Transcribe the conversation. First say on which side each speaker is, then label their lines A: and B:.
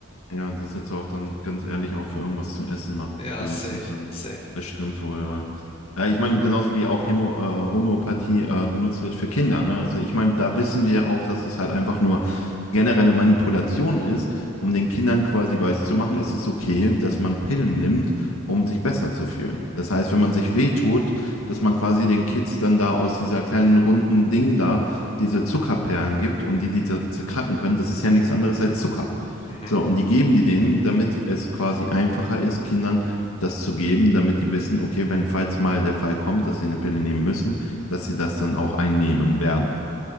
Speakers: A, on the left; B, on the left.
A: Ja, und das hättest du auch dann ganz ehrlich auch für irgendwas zu essen machen,
B: Ja,
A: benutzen
B: safe,
A: können.
B: safe.
A: Das stimmt wohl, ja. Ja, ich meine, genauso wie auch Hämo, äh, Homöopathie äh, genutzt wird für Kinder, ne? Also ich meine, da wissen wir auch, dass das halt einfach nur generelle Manipulation ist, um den Kindern quasi weiszumachen, es ist okay, dass man Pillen nimmt, um sich besser zu fühlen. Das heißt, wenn man sich wehtut, dass man quasi den Kids dann da aus dieser kleinen runden Ding da diese Zuckerperlen gibt und die die zer- zerkracken können, das ist ja nichts anderes als Zucker.
B: Mhm.
A: So, und die geben die denen, damit es quasi einfacher ist, Kindern das zu geben, damit die wissen, okay, wenn falls mal der Fall kommt, dass sie eine Pille nehmen müssen, dass sie das dann auch einnehmen werden.